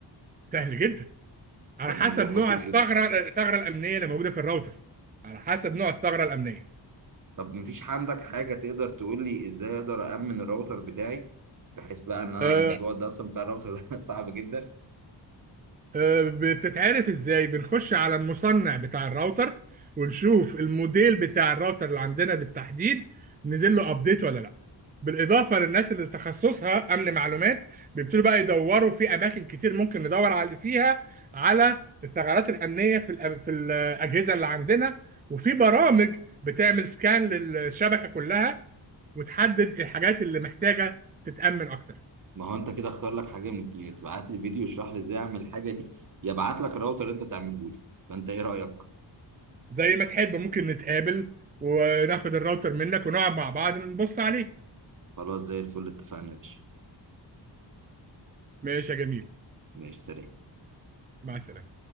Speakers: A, on the right; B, on the right.
A: سهل جدا على
B: ده الموضوع
A: حسب
B: خطير
A: نوع الثغرة
B: جدا
A: الثغرة الأمنية اللي موجودة في الراوتر على حسب نوع الثغرة الأمنية
B: طب مفيش عندك حاجة تقدر تقول لي ازاي اقدر أأمن الراوتر بتاعي بحيث بقى ان انا
A: آه،
B: الموضوع ده اصلا بتاع الراوتر ده <laughs> صعب جدا
A: آه، بتتعرف ازاي بنخش على المصنع بتاع الراوتر ونشوف الموديل بتاع الراوتر اللي عندنا بالتحديد نزل له ابديت ولا لا بالاضافه للناس اللي تخصصها امن معلومات بيبتدوا بقى يدوروا في اماكن كتير ممكن ندور على فيها على الثغرات الامنيه في الأم- في الاجهزه اللي عندنا وفي برامج بتعمل سكان للشبكه كلها وتحدد الحاجات اللي محتاجه تتامن اكتر
B: ما هو انت كده اختار لك حاجة من الاتنين تبعت لي فيديو يشرح لي ازاي اعمل الحاجة دي يا ابعت لك الراوتر اللي انت تعمله لي فانت ايه رأيك
A: زي ما تحب ممكن نتقابل وناخد الراوتر منك ونقعد مع بعض نبص عليه
B: خلاص زي الفل اتفقنا يا باشا
A: ماشي يا جميل
B: ماشي سلام
A: مع السلامة